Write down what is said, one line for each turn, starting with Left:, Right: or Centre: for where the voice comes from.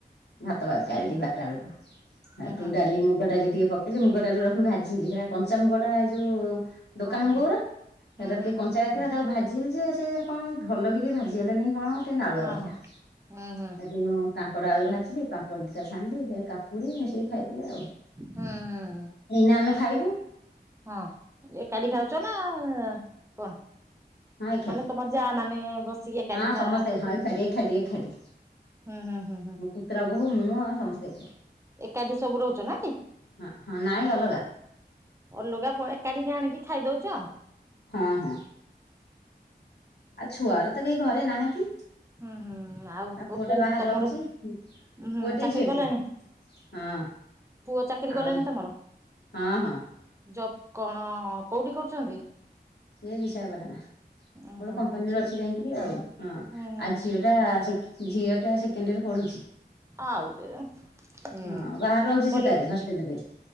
Left: ଭାତ ଗାଳିଲି ବାରଟା ବେଳକୁ।
Right: ହୁଁ
Left: ଆଉ ତୁ
Right: ହୁଁ
Left: ଡାଲି ମୁଗ ଡାଲି ଟିକେ ପକେଇଲି, ମୁଗ ଡାଲି ଗୁଡା ପୁଣି ଭାଜିଲି, ସେଇଟା କଞ୍ଚାମୁଗଡା ଏ ଯୋଉ
Right: ହଁ
Left: ଦୋକାନ
Right: ହଁ
Left: ମୁଗ ଗୁରା ସେଟା
Right: ହୁଁ ହୁଁ
Left: ଟିକେ
Right: ହୁଁ
Left: କଞ୍ଚା
Right: ହୁଁ
Left: ଥିଲା, ତାକୁ ଭାଜି ଜିଲି ଯେ ସେ କଣ ଭଲକି ଟିକଏ ଭାଜିହେଲାନି କି କଣ, ଟିକେ ନାଳୁଆ
Right: ହଁ
Left: ରହିଲା,
Right: ହଁ ହୁଁ ହୁଁ
Left: ହେଟୁ କାଙ୍କଡ଼ ଆଳୁ ଭାଜିଲି, ପାମ୍ପଡ଼ ଦିଟା ଛାଣିଲି, ହେ କାକୁଡ଼ି ମିଶେଇ ଖାଇଦେଲେ ଆଉ।
Right: ହୁଁ ହୁଁ।
Left: ଏଇନା ଆମେ ଖାଇବୁ।
Right: ହଁ ଏକାଠି ଖାଉଛ ନା କଣ?
Left: ହଁ ଏକାଠି
Right: ମାନେ ତମ ଯା ମାନେ ବସିକି ଏକାଠି
Left: ହଁ
Right: <unintelligible>
Left: ସମସ୍ତେ ହଁ ଏକାଠି ଏକାଠି ଏକାଠି
Right: ହୁଁ ହୁଁ ହୁଁ
Left: ମୋ ପୁତୁରା ବୋହୁ ମୁଁ ଆଉ ସମସ୍ତେ ଏକାଠି।
Right: ଏକାଠି ସବୁ ରହୁଛ ନାଇଁ କି?
Left: ହ ହଁ ନାଇଁ ଅଲଗା।
Right: ଅଲଗା ଏକାଠିକି ଆଣିକି ଖାଇଦଉଛୁ ଆଉ।
Left: ହଁ ହଁ ଆଉ ଛୁଆର ତ କେହି ଘରେ ନାହାନ୍ତି।
Right: ହୁଁ ହୁଁ ଆଉ
Left: ପୁଅଟା
Right: ପୁ
Left: ବାହାରେ
Right: ତମର
Left: ରହୁଛି
Right: ହୁଁ
Left: ପୁଅଟିଏ
Right: ଚାକିରି
Left: ଝିଅଟିଏ
Right: କଲେଣି?
Left: ହଁ
Right: ପୁଅ ଚାକିରି ଗଲେଣି
Left: ଆଉ
Right: ତମର?
Left: ହଁ ହଁ
Right: ଜବ କଣ କୋଉଠି କରୁଛନ୍ତି?
Left: ସେ ବିଷୟପ ଗୋଟେ
Right: ଉଁ ହୁଁ
Left: କମ୍ପାନୀରେ
Right: ଝି
Left: ଅଛି ଯାଇକିରି ଆଉ ହଁ ଆଉ
Right: ହୁଁ ହୁଁ
Left: ଝିଅ ଟା ଝିଅ ଟା ସେକେଣ୍ଡ ଇୟରରେ ପଢୁଛି।
Right: ଆଉ ହୁଁ।
Left: ହଁ ବାହାରେ ରହୁଛି
Right: କଲେ
Left: ସେ ତାର ହଷ୍ଟଲ ପାଇଁ।